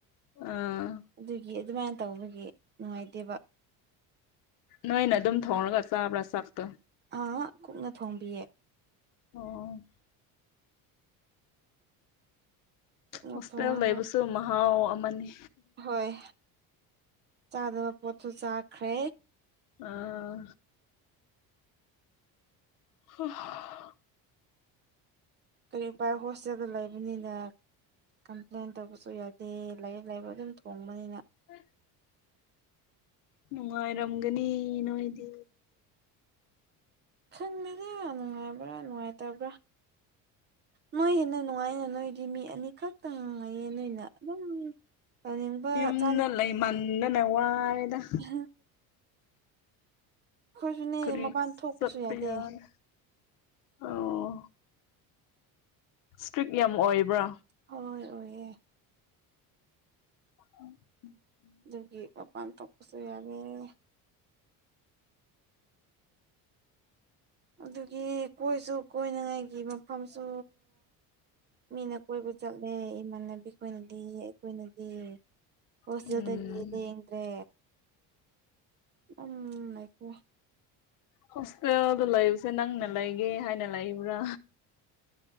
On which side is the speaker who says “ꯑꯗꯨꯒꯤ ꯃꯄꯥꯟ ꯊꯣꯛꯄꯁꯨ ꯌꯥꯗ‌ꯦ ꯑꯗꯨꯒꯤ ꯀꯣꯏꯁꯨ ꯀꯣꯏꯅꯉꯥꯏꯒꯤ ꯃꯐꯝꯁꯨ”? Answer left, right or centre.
Right